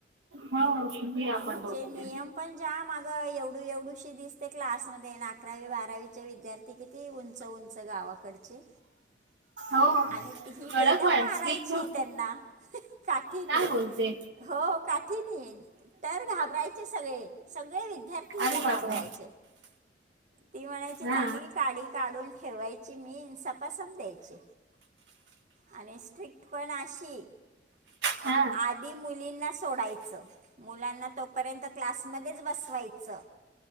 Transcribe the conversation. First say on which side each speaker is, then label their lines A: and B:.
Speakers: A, on the right; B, on the right.
A: हो. किती आपण
B: अ हिचे
A: दोघांना
B: नियम पण जाम माग एवढू एवढू श दिसते क्लासमध्ये अकरावी बारावीच्या विद्यार्थी किती उंच उंच गावात. कडचे
A: हो
B: आणि ही
A: कडक
B: बेदम
A: वाळ
B: मारायची
A: स्ट्रिक्ट होते
B: त्यांना काठीनी
A: काय बोलते
B: हो काठी नी तर घाब घाबरायचे सगळे सगळे विद्यार्थी हिला
A: अरे
B: घाबरायचे.
A: बापरे
B: ती म्हणायची चांगली
A: हा
B: काडी काढून ठेवायची. त्या मी सपासप द्यायची आणि स्ट्रिक्ट पण अशी
A: हा
B: आधी मुलींना सोडायचं मुलांना. तोपर्यंत क्लासमध्येच बसवायचं.